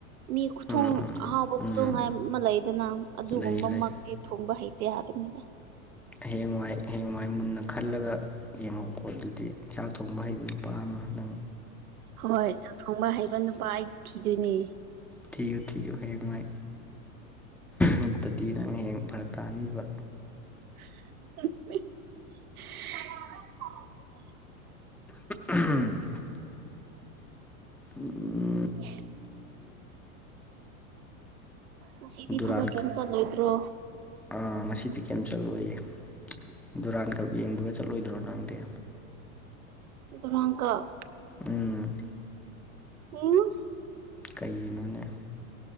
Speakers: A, on the right (about 85°); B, in the centre.
A: ꯃꯤ ꯈꯨꯊꯣꯡ
B: ꯎꯝ
A: ꯑꯍꯥꯎꯕ
B: ꯎꯝ
A: ꯊꯣꯡ
B: ꯎꯝ
A: ꯍꯥꯏꯕ ꯑꯃ ꯂꯩꯗꯅ ꯑꯗꯨꯒꯨꯝꯕꯃꯛꯇꯤ
B: ꯂꯩ ꯂꯩ
A: ꯊꯣꯡꯕ ꯍꯩꯇꯦ ꯍꯥꯏꯕꯅꯤꯗ
B: ꯍꯌꯦꯡꯋꯥꯏ ꯍꯌꯦꯡꯋꯥꯏ ꯃꯨꯟꯅ ꯈꯜꯂꯒ ꯌꯦꯡꯍꯧꯀꯣ ꯑꯗꯨꯗꯤ ꯆꯥꯛ ꯊꯣꯡꯕ ꯍꯩꯕ ꯅꯨꯄꯥ ꯑꯃ ꯅꯪ
A: ꯍꯣꯏ ꯆꯥꯛ ꯊꯣꯡꯕ ꯍꯩꯕ ꯅꯨꯄꯥ ꯑꯩ ꯊꯤꯗꯣꯏꯅꯦ
B: ꯊꯤꯌꯨ ꯊꯤꯌꯨ ꯍꯌꯦꯡ ꯋꯥꯏ ꯅꯠꯇꯔꯗꯤ ꯅꯪ ꯍꯌꯦꯡ ꯐꯔꯛ ꯇꯥꯅꯤꯕ
A: <unintelligible>
B: ꯎꯝ <unintelligible> ꯎꯝ
A: ꯎ <unintelligible> ꯉꯁꯤꯗꯤ
B: ꯗꯨꯔꯥꯟ
A: ꯊꯕꯛ ꯀꯩꯝ ꯆꯠꯂꯣꯏꯗ꯭ꯔꯣ
B: ꯑꯥ ꯉꯁꯤꯗꯤ ꯀꯩꯝ ꯆꯠꯂꯣꯏꯌꯦ ꯗꯨꯔꯥꯟ ꯀꯞ ꯌꯦꯡꯕꯒ ꯆꯠꯂꯣꯏꯗ꯭ꯔꯣ ꯅꯪꯗꯤ
A: ꯗꯨꯔꯥꯟ ꯀꯞ
B: ꯎꯝ
A: ꯌꯦꯡꯉꫭꯏ
B: ꯀꯩꯒꯤꯅꯣꯅꯦ